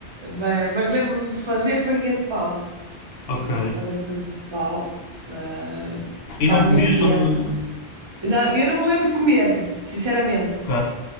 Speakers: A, on the right; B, on the left.
A: mas, mas lembro-me de fazer farinha de pau.
B: Ok.
A: Lembro-me de fazer farinha de pau, ah,
B: E
A: para
B: não
A: a minha
B: comias
A: pequena.
B: quando.
A: Não, eu não me lembro de comer, sinceramente.
B: Ok,